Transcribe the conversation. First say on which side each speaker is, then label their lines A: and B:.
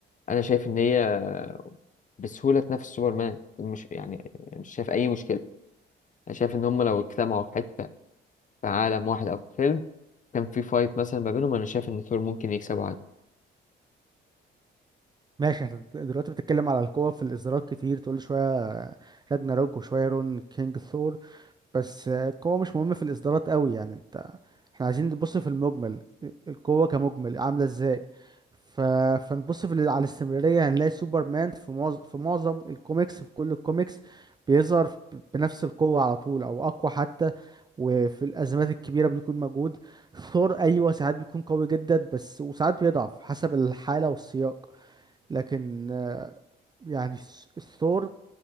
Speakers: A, on the left; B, on the right.
A: أنا شايف إن هي بسهولة تنافس سوبرمان مش يعني مش شايف أي مشكلة انا شايف ان هم لو اجتمعوا في حته في عالم واحد او في فيلم كان في فايت مثلا ما بينهم انا شايف ان ثور ممكن يكسبه عادي
B: ماشي احنا دلوقتي بتتكلم على القوة في الإصدارات كتير تقول لي شوية راجناروك وشوية رون كينج ثور بس القوة مش مهمة في الإصدارات قوي يعني انت احنا عايزين نبص في المجمل القوة كمجمل عاملة ازاي ف... فنبص في ال- على الاستمرارية هنلاقي سوبرمان في معظم في معظم الكوميكس في كل الكوميكس بيظهر ب- بنفس القوة على طول أو أقوى حتى وفي الأزمات الكبيرة بيكون موجود ثور أيوة ساعات بيكون قوي جدا بس وساعات بيضعف حسب الحالة والسياق لكن آه، يعني الثور